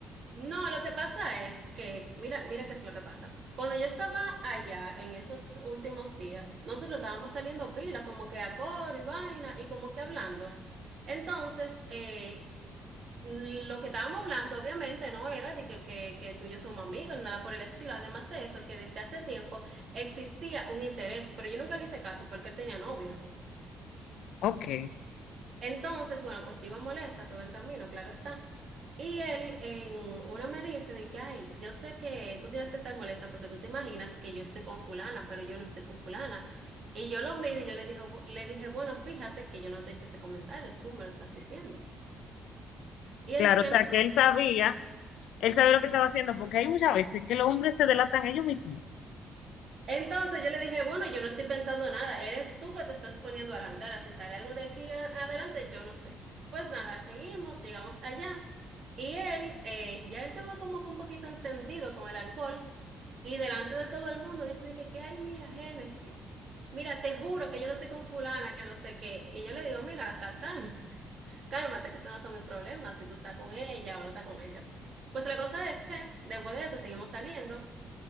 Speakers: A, on the right (about 55°); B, on the left (about 80°).
A: No, lo que pasa es que, mira, mira qué es lo que pasa. Cuando yo estaba allá en esos últimos días, nosotros estábamos saliendo pila, como que a coro y vaina, y como que hablando. Entonces, eh, lo que estábamos hablando, obviamente, no era de que, que, que tú y yo somos amigos, ni nada por el estilo. Además de eso, que desde hace tiempo existía un interés, pero yo nunca le hice caso porque él tenía novia.
B: Ok.
A: Entonces, bueno, pues yo iba molesta todo el camino, claro está. Y él en una me dice de que, ay, yo sé que tú tienes que estar molesta porque tú te imaginas que yo estoy con fulana, pero yo no estoy con fulana. Y yo lo miro y yo le dije, le dije, bueno, fíjate que yo no te he hecho ese comentario, tú me lo estás diciendo. Y él
B: Claro,
A: dice,
B: o sea,
A: no,
B: que él sabía, él sabía lo que estaba haciendo, porque hay muchas veces que los hombres se delatan ellos mismos.
A: Entonces yo le dije, bueno, yo no estoy pensando nada, eres tú que te estás poniendo a la antera, si sale algo de aquí a- adelante, yo no sé. Pues nada, seguimos, llegamos allá y él, eh, ya él estaba como que un poquito encendido con el alcohol y delante de todo el mundo dice de que, que, ay, mira, Génesis, mira, te juro que yo no estoy con fulana, que no sé qué. Y yo le digo, mira, o sea, cálmate, <laughs> cálmate, que esos no son mis problemas, si tú estás con ella o no estás con ella. Pues la cosa es que después de eso seguimos saliendo.